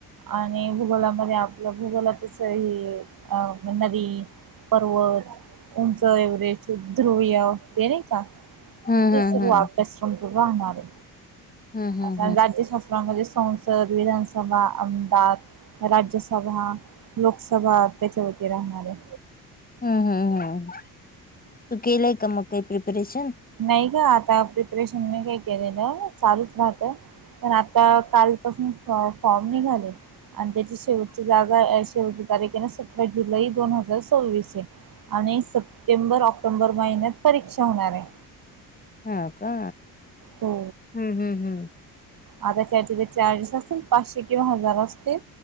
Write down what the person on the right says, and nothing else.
आणि भूगोलामध्ये आपलं भूगोल जस हे अ नदी, पर्वत उमचं एव्हरेस्ट, ध्रुवय ते नाही का!
ते सर्व अभ्यासक्रम त राहणार आहे
अस राज्य शास्त्रामध्ये संसद, विधानसभा, आमदार राज्यसभा लोकसभा त्याच्या वती राहणार आहे.
नाही ग आता प्रिपरेशन नाही काही केलेलं चालूच राहत पण आता काल पासून फॉर्म निघाले. आणि त्याची शेवटची जागा शेवटची तारीख आहे, ना सतरा जुलै दोन हजार सो्वीस आहे. आणि सप्टेंबर ऑक्टोबर महिन्यात परीक्षा होणार आहे.
हो
आता त्याचे चार्जेस असतील पाचशे किंवा हजार असतील